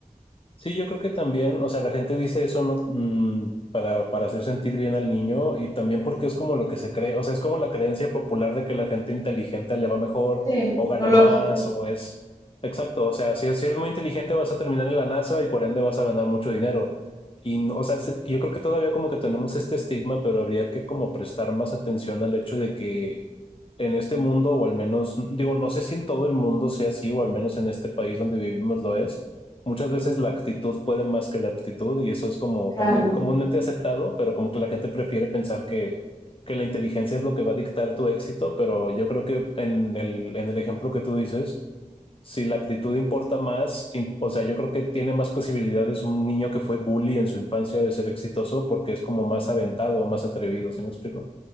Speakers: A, on the left; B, on the left.
A: Sí, yo creo que también, o sea, la gente dice eso no, mm, para, para hacer sentir bien al niño y también porque es como lo que se cree, o sea, es como la creencia popular de que la gente inteligente le va mejor
B: Sí,
A: o gana
B: lo lógico,
A: más o es... Exacto, o sea, si, es- si eres muy inteligente vas a terminar en la NASA y por ende vas a ganar mucho dinero. Y, no- o sea, se- yo creo que todavía como que tenemos este estigma, pero habría que como prestar más atención al hecho de que en este mundo, o al menos, digo, no sé si en todo el mundo sea así, o al menos en este país donde vivimos lo es. Muchas veces la actitud puede más que la aptitud, y eso es como también
B: claro.
A: comúnmente aceptado, pero como que la gente prefiere pensar que, que la inteligencia es lo que va a dictar tu éxito, pero yo creo que en el, en el ejemplo que tú dices, si la actitud importa más, im- o sea, yo creo que tiene más posibilidades un niño que fue bully en su infancia de ser exitoso porque es como más aventado, más atrevido, ¿sí me explico?